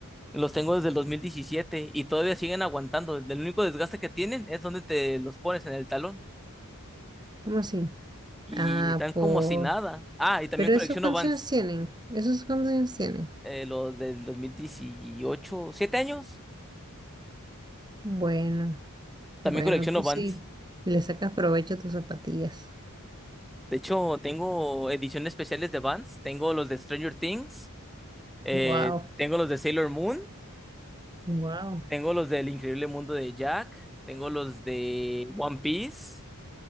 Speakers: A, in the centre; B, on the right.
A: Los tengo desde el 2017 y todavía siguen aguantando. El único desgaste que tienen es donde te los pones en el talón.
B: ¿Cómo así?
A: Y
B: Ah,
A: están como
B: po.
A: si nada. Ah, y también
B: Pero
A: colecciono
B: esos cuántos
A: Vans.
B: años tienen, esos cuántos años tienen.
A: eh, los del 2018, ¿siete años?
B: Bueno,
A: También
B: bueno,
A: colecciono
B: tú
A: Vans.
B: sí. Le sacas provecho a tus zapatillas.
A: De hecho, tengo ediciones especiales de Vans. Tengo los de Stranger Things. eh,
B: Wow,
A: tengo los de Sailor Moon.
B: wow.
A: Tengo los del Increíble Mundo de Jack. Tengo los de One Piece.